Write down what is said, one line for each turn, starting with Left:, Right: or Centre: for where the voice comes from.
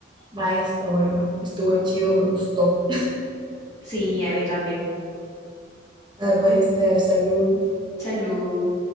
Right: bye, está bueno, estuvo chivo, me gustó.
Left: Sí, a mí también.
Right: Ah, pues, Steph, salud.
Left: Salud.